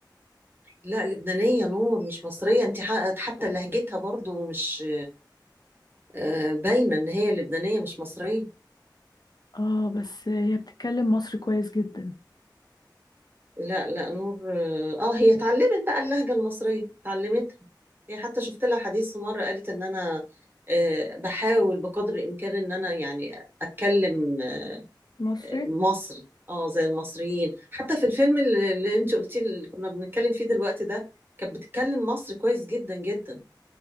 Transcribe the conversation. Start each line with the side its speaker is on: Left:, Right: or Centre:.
Right: لا لبنانية نور مش مصرية أنت حققت حتى لهجتها برضو مش آه، باينة إن هي لبنانية مش مصرية
Left: اه بس هي بتتكلم مصري كويس جدا
Right: لا لا نور اه هي اتعلمت بقى اللهجة المصرية اتعلمتها هي حتى شفت لها حديث في مرة قالت ان انا آه، بحاول بقدر الامكان ان انا يعني اتكلم آه،
Left: مصري
Right: مصري اه زي المصريين حتى في الفيلم اللي اللي انت قلتيه اللي كنا بنتكلم فيه دلوقتي ده كانت بتتكلم مصري كويس جدا جدا